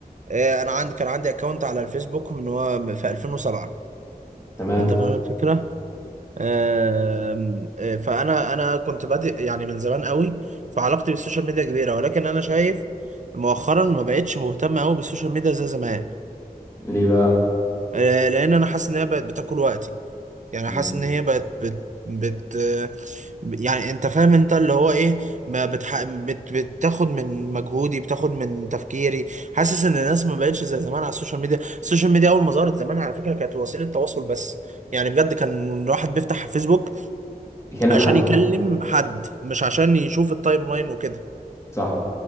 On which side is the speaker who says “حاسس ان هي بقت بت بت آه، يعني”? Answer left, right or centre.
Right